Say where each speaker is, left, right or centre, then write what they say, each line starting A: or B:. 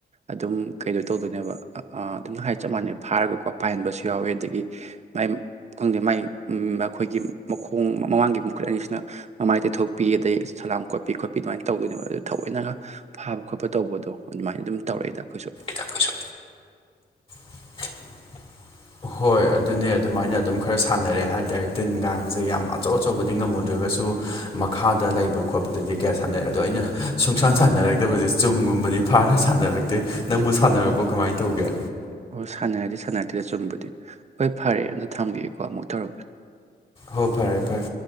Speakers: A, on the right (about 40°); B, on the left (about 30°).
A: ꯑꯗꯨꯝ ꯀꯩꯗꯣ ꯇꯧꯗꯣꯏꯅꯦꯕ ꯑ ꯑꯗꯨꯝ ꯍꯥꯏ ꯆꯞ ꯃꯥꯟꯅꯩ ꯐꯥꯔꯒꯀꯣ ꯄꯥꯏꯍꯟꯕꯁꯨ ꯌꯥꯎꯋꯦ ꯑꯗꯒꯤ ꯃꯥꯏ ꯈꯪꯗꯦ ꯃꯥꯏ ꯑꯩꯈꯣꯏꯒꯤ ꯃꯈꯣꯡ ꯃꯃꯥꯡꯒꯤ ꯃꯈꯨꯨꯠ ꯑꯅꯤꯁꯤꯅ ꯃꯃꯥꯏ ꯇꯩꯊꯣꯛꯄꯤ ꯑꯗꯩ ꯁꯂꯥꯝ ꯀꯣꯠꯄꯤ ꯈꯣꯠꯄꯤ ꯑꯗꯨꯃꯥꯏꯅ ꯇꯧꯗꯣꯏꯅꯦꯕ ꯑꯗꯨ ꯊꯑꯣꯏꯅꯒ ꯐꯥꯕ ꯈꯣꯠꯄ ꯇꯧꯕꯗꯣ ꯑꯗꯨꯃꯥꯏꯅ ꯑꯗꯨꯝ ꯇꯧꯔꯛꯏꯗ ꯑꯩꯈꯣꯏꯁꯨ
B: ꯇ ꯀꯣꯏ ꯁꯨ <inaudible> ꯍꯣꯏ ꯑꯗꯨꯅꯦ ꯑꯗꯨꯃꯥꯏꯅ ꯑꯗꯨꯝ ꯈꯔ ꯁꯥꯟꯅꯔꯦ ꯍꯥꯏꯇꯥꯔꯦ ꯇꯤꯟ ꯀꯥꯡꯁꯦ ꯌꯥꯝ ꯑꯆꯧ ꯑꯆꯧꯕꯗꯤ ꯉꯝꯃꯨꯗ꯭ꯔꯒꯁꯨ ꯃꯈꯥꯗ ꯂꯩꯕ ꯈꯣꯠꯄꯗꯗꯤ ꯀꯌꯥ ꯁꯥꯟꯅꯩ ꯑꯗꯣ ꯑꯩꯅ ꯁꯨꯡꯁꯥꯟ ꯁꯥꯟꯅꯔꯛꯇꯕꯁꯦ ꯆꯨꯝꯒꯨꯝꯕꯗꯤ ꯐꯥꯔ ꯁꯥꯟꯅꯔꯛꯇꯦ ꯅꯪꯕꯨ ꯁꯥꯟꯅꯔꯛꯄ ꯀꯃꯥꯏ ꯇꯧꯒꯦ
A: ꯑꯣ ꯁꯥꯟꯅꯗꯤ ꯁꯥꯟꯅꯔꯛꯇꯦꯗ ꯆꯨꯝꯕꯨꯗꯤ ꯍꯣꯏ ꯐꯔꯦ ꯑꯝꯇ ꯊꯝꯒꯦꯀꯣ ꯑꯃꯨꯛ ꯇꯧꯔꯛꯀꯦ
B: ꯍꯣ ꯐꯔꯦ ꯐꯔꯦ